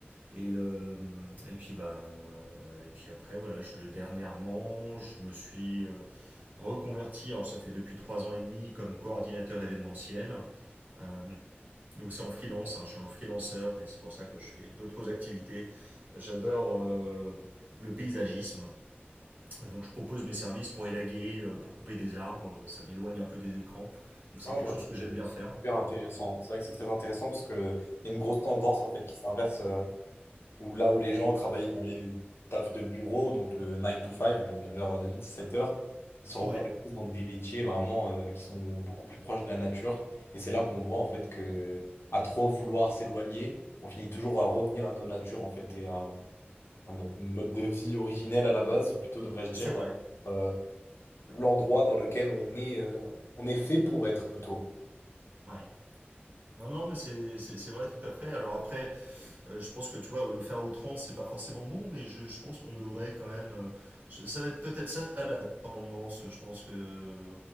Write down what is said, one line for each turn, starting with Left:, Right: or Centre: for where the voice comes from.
Right: Et euh, et puis bah euh, et puis après voilà, je dernièrement je me suis euh, reconverti. Alors ça fait depuis trois ans et demi comme coordinateur événementiel. Euh, donc c'est en freelance, hein, je suis un freelanceur et c'est pour ça que je fais d'autres activités. J'adore euh, le paysagisme. Donc je propose mes services pour élaguer, euh, pour couper des arbres, Euh, ça m'éloigne un peu des écrans. Donc c'est
Left: Ah
Right: quelque
Left: bah,
Right: chose
Left: c'est
Right: que j'aime bien faire.
Left: super intéressant. C'est vrai que c'est très intéressant parce que il y a une grosse tendance en fait qui s'inverse euh, où là où les gens travaillaient dans les tafs de bureau, donc le 9 to 5, le neuf heures h 17 h ils se reconvertissent
Right: Ouais,
Left: dans des métiers vraiment euh, qui sont beaucoup plus proches de la nature. Et c'est là qu'on voit en fait que à trop vouloir s'éloigner, on finit toujours à revenir à nos natures en fait et à, à notre mode de vie originel à la base, ou plutôt devrais-je dire
Right: c'est vrai.
Left: vraiment, l'endroit dans lequel on est, euh, on est fait pour être plutôt.
Right: Ouais. Non, non, mais c'est c'est- c'est vrai tout à fait. Alors après, euh, je pense que tu vois, le faire à outrance, c'est pas forcément bon, mais je, je pense qu'on devrait quand même. euh, je- ça va être peut-être ça la tendance. Je pense que euh,